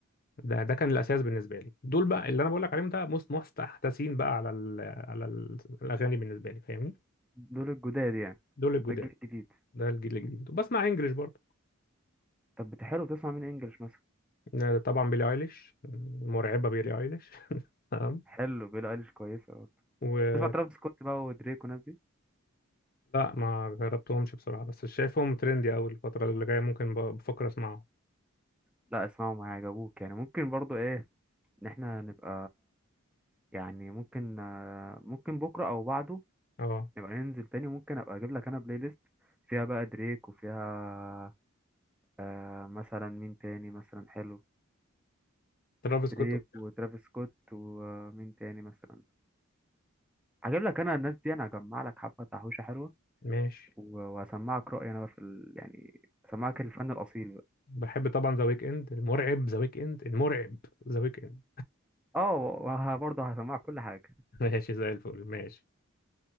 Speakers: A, on the left; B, in the centre.
A: ده ده كان الاساس بالنسبه لي دول بقى اللي انا بقول لك عليهم ده مس- مستحدثين بقى على ال على ال الاغاني بالنسبه لي فاهمني
B: دول الجداد يعني
A: دول الجداد
B: ده الجيل الجديد
A: ده الجيل الجديد وبسمع انجلش برضه
B: طب بتحب تسمع مين انجلش مثلا
A: آه، طبعا بيلي ايليش مرعبه بيلي ايليش <laughs> تمام
B: حلو بيلي ايليش كويسه برضه
A: ولا
B: تسمع ترافيس سكوت بقى ودريك والناس دي
A: ما جربتهمش بصراحه بس شايفهم ترندي قوي الفتره اللي جايه ممكن ب- بفكر اسمعهم
B: لا اسمعهم هيعجبوك يعني ممكن برضو ايه ان احنا نبقى يعني ممكن آه، ممكن بكره او بعده
A: اه
B: نبقى ننزل تاني ممكن ابقى اجيب لك انا بلاي ليست فيها بقى دريك وفيها آه مثلا مين تاني مثلا حلو
A: ترافيس سكوت
B: دريك وترافيس سكوت ومين تاني مثلا هجيب لك انا الناس دي انا هجمع لك حبه تحويشه حلوه
A: ماشي
B: و- وهسمعك رايي انا بقى في ال... يعني هسمعك الفن الاصيل بقى
A: بحب طبعا ذا ويك اند المرعب ذا ويك اند المرعب ذا ويك اند
B: اه وبرضه هسمعك كل حاجه
A: <laughs> ماشي زي الفل ماشي